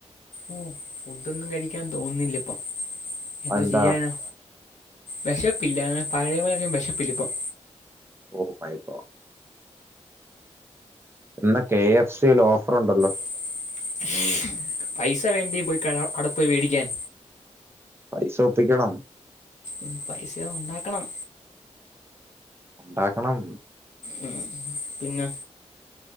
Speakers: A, on the left; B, on the right.
A: ഓഹ് ഫുഡൊന്നും കഴിക്കാൻ തോന്നില്ലപ്പം എന്തോ
B: അതെന്താ
A: ചെയ്യാനാ വെശപ്പില്ല പഴേ പോലയധികം വെശപ്പില്ലിപ്പം
B: ഓഹ് മൈ ഗോഡ് ഇന്ന് കെ എഫ് സില് ഓഫറുണ്ടല്ലോ
A: <inaudible> പൈസ വേണ്ടേ പോയി ക അടപ്പോയി വേടിക്കാൻ
B: പൈസ ഒപ്പിക്കണം
A: ഉം പൈസ ഉണ്ടാക്കണം
B: ഉണ്ടാക്കണം
A: ഉം പിന്നെ